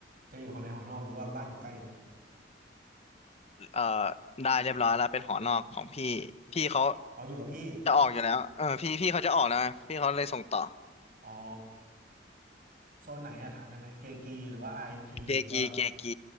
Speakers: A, on the right; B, on the left.
A: จะอยู่คนในหอนอกหรือว่าบ้านอยู่ใกล้อยู่แล้ว
B: เอ่อได้เรียบร้อยแล้วเป็นหอนอกของพี่พี่เขา
A: อ๋ออยู่กับพี่
B: จะออกอยู่แล้วเออพี่พี่เขาจะออกแล้วไงพี่เขาเลยส่งต่อ
A: อ๋อโซนไหนอะถามได้ไหมเกกีหรือว่าอาร์เอ็นพีหรือว่า
B: เกกีเกกี